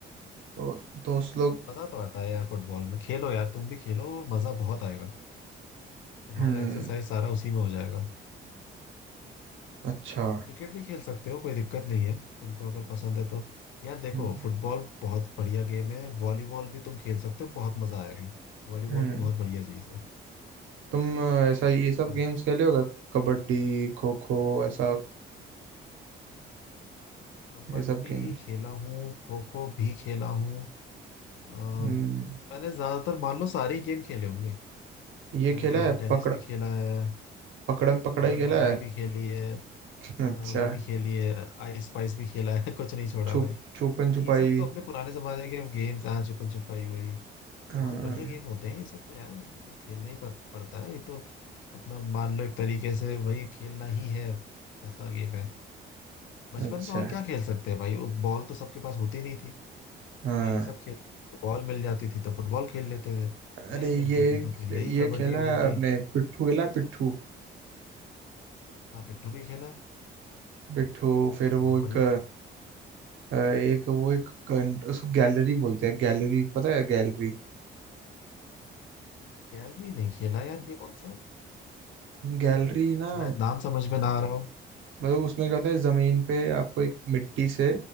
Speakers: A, on the right; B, on the left.
A: तो दोस्त लोग
B: मजा तो आता है यार फुटबॉल में खेलो यार तुम भी खेलो मजा बहुत आएगा तुम्हारा
A: हम्म
B: एक्सरसाइज सारा उसी में हो जाएगा
A: अच्छा
B: क्रिकेट भी खेल सकते हो कोई दिक्कत नहीं है तुमको अगर पसंद है तो यार देखो
A: हम्म
B: फुटबॉल बहुत बढ़िया गेम है वॉलीबॉल भी तुम खेल सकते हो बहुत मजा आएगा वॉलीबॉल
A: हम्म।
B: भी बहुत बढ़िया चीज है
A: तुम अ, ऐसा ये सब
B: मजा
A: गेम्स खेले होगा कबड्डी खो खो ऐसा
B: कबड्डी
A: ये सब गेम्स
B: खेला हूँ खो खो भी खेला हूँ अ,
A: हम्म
B: मैंने ज्यादातर मान लो सारे ही गेम खेले होंगे
A: ये
B: मैंने
A: खेला
B: टेबल
A: है
B: टेनिस
A: पकड़
B: भी खेला है
A: पकड़म पकड़ाई
B: पकड़न
A: खेला
B: पकड़ाई
A: है
B: भी खेली है
A: अच्छा
B: अ, वो भी खेली है आइस स्पाइस भी खेला है <laughs> कुछ नहीं छोड़ा
A: छुप
B: भाई
A: छुपन
B: भाई
A: छुपाई
B: ये सब तो अपने पुराने जमाने के गेम्स हाँ छुपन छुपाई हुई
A: हाँ
B: बहुत बढ़िया गेम होते हैं ये सब तो यार ये तो खेलना ही पड़- पड़ता है ये तो अपना मान लो एक तरीके से वही खेलना ही है ऐसा गेम है बचपन
A: अच्छा
B: में और क्या खेल सकते हैं भाई वो बॉल तो सबके पास होती नहीं थी तो
A: हाँ
B: यही सब खेलते थे बॉल मिल जाती थी तो फुटबॉल खेल लेते थे
A: अरे
B: नहीं
A: ये
B: मिलती थी तो फिर यही
A: ये
B: कबड्डी
A: खेला
B: वबड्डी
A: है आपने पिट्ठू खेला है, पिट्ठू
B: हाँ पिट्ठू भी खेला
A: पिट्ठू फिर
B: बहुत
A: वो एक
B: बढ़िया गेम
A: अ, एक वो एक कंट, उसको गैलरी बोलते हैं गैलरी पता है गैलरी
B: गैलरी नहीं खेला यार ये कौन सा
A: गैलरी ना
B: शायद नाम समझ में ना आ रहा हो
A: मतलब उसमें क्या होता है जमीन पे आपको एक मिट्टी से